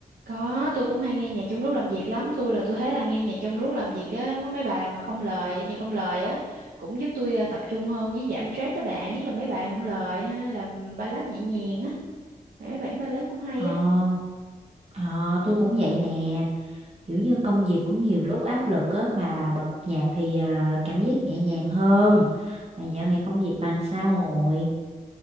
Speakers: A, on the right; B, on the right.
A: Có, tôi cũng hay nghe nhạc trong lúc làm việc lắm. Tôi là tôi thấy là nghe nhạc trong lúc làm việc á, có mấy bài mà không lời, nhạc không lời á, cũng giúp tôi ờ, tập trung hơn với giảm stress tới bạn, nhất là mấy bài không lời ha, hay là ừ, ballad nhẹ nhàng á. Mấy bản ballad cũng hay
B: Ờ,
A: á.
B: ờ, tôi cũng vậy nè. Kiểu như công việc cũng nhiều lúc áp lực á mà bật nhạc thì ờ, cảm giác nhẹ nhàng hơn. Mà dạo này công việc bằng sao rồi?